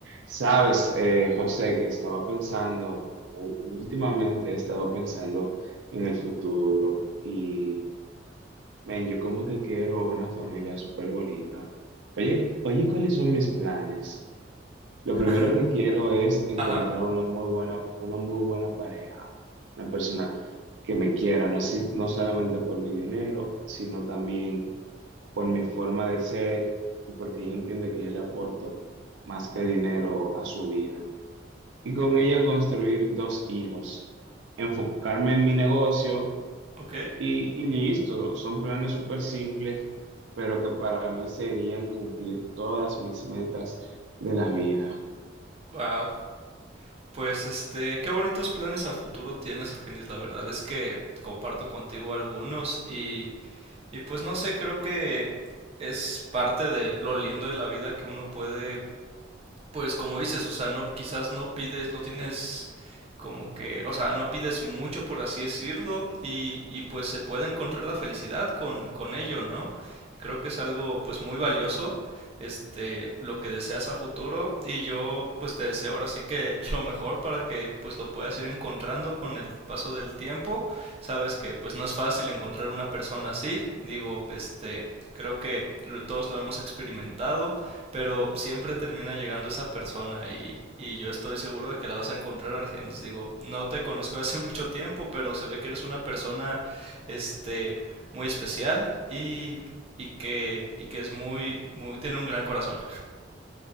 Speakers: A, on the right; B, on the right.
A: Sabes, eh, José, que estaba pensando, o últimamente he estado pensando en el futuro y, men, yo como que quiero una familia súper bonita. Oye, oye, ¿cuáles son mis planes? Lo primero
B: Ajá.
A: que quiero es encontrar
B: Ajá,
A: una muy buena, una muy buena pareja, una persona que me quiera, no, si- no solamente por mi dinero, sino también por mi forma de ser y porque ella entiende que yo le aporto más que dinero a su vida y con ella construir dos hijos, enfocarme en mi negocio
B: ok.
A: y, y listo. Son planes súper simples, pero que para mí serían cumplir todas mis metas de la vida.
B: Wow. Pues este, qué bonitos planes a futuro tienes, Argenis. La verdad es que comparto contigo algunos y, y pues no sé, creo que es parte de lo lindo de la vida que uno puede Pues como dices, o sea, no, quizás no pides, no tienes como que, o sea, no pides mucho por así decirlo y, y pues se puede encontrar la felicidad con, con ello, ¿no? Creo que es algo pues muy valioso, este, lo que deseas a futuro y yo pues te deseo ahora sí que <laughs> lo mejor para que pues lo puedas ir encontrando con el paso del tiempo. Sabes que pues no es fácil encontrar una persona así, digo, este, creo que lo- todos lo hemos experimentado pero siempre termina llegando esa persona y, y yo estoy seguro de que la vas a encontrar, Argenis. Digo, no te conozco hace <laughs> mucho tiempo, pero se ve que eres una persona, este, muy especial y, y que, y que es muy, muy, tiene un gran corazón.